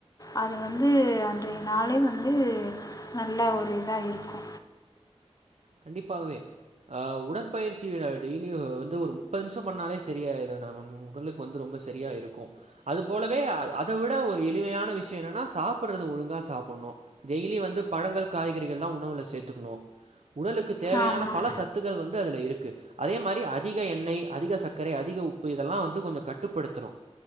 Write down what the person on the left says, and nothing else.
அது வந்து அன்றைய நாளே வந்து நல்ல ஒரு இதா இருக்கு
ஆமாம்